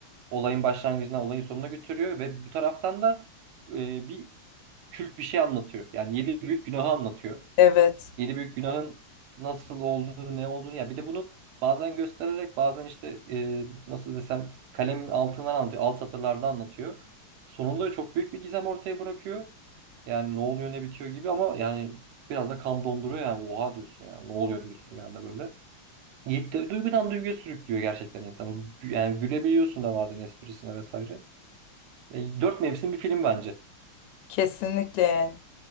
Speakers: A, on the right; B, on the left.
A: olayın başlangıcına, olayın sonuna götürüyor ve bu taraftan da e, bir kült bir şey anlatıyor. Yani yedi büyük günahı anlatıyor.
B: Evet
A: yedi büyük günahın nasıl olduğunu, ne olduğunu ya bir de bunu bazen göstererek bazen işte e, nasıl desem kalemin altından anlatıyor, alt satırlarda anlatıyor. Sonunda çok büyük bir gizem ortaya bırakıyor. Yani ne oluyor ne bitiyor gibi ama yani biraz da kan donduruyor yani oha diyorsun yani ne oluyor diyorsun bir anda böyle. Yedi, duygudan duyguya sürüklüyor gerçekten insanı. Yani gülebiliyorsun da bazen esprisine vesaire. E, dört mevsim bir film bence.
B: kesinlikle yani.